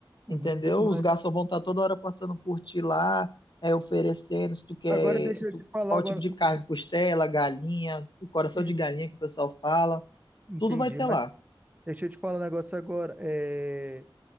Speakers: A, on the right; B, on the left.
A: Uhum.
B: entendeu?
A: De- Mas
B: Os garçons vão estar toda hora passando por ti lá, é, oferecendo, se tu quer,
A: agora deixa eu
B: tu,
A: te falar
B: qual
A: agora,
B: tipo de carne,
A: deixa eu te-
B: costela, galinha, coração
A: en-
B: de galinha que o pessoal fala,
A: entendi,
B: tudo vai ter
A: mas
B: lá.
A: deixa eu te falar um negócio agora. É,